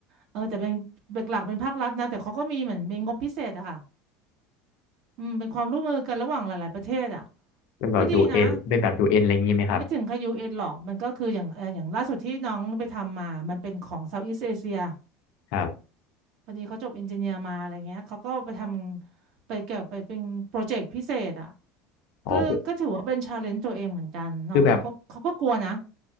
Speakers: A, on the right; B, on the left.
A: เออแต่เป็นเบกหลักเป็นภาครัฐนะแต่เขาก็มีเหมือนมีงบพิเศษอะค่ะอืมเป็นความร่วมมือกันระหว่างหลายๆประเทศอะ
B: เป็นแบบยูเอ็นเป็นแบบยูเอ็นอะไรอย่างงี้ไหมครับ
A: ก็ดีนะไม่ถึงกับยูเอ็นหรอกมันก็คืออย่างเอออย่างล่าสุดที่น้องไปทำมามันเป็นของเซาท์อีสเอเชีย
B: ครับ
A: คนนี้เขาจบเอนจิเนียร์มาอะไรเงี้ยเขาก็ไปทำไปเกี่ยวไปเป็นโปรเจกต์พิเศษอะ
B: อ๋อคือ
A: ก็ก็ถือว่าเป็นชาเลนจ์ตัวเองเหมือนกันน้องเขาก็เขาก็กลัวนะ
B: คือแบบ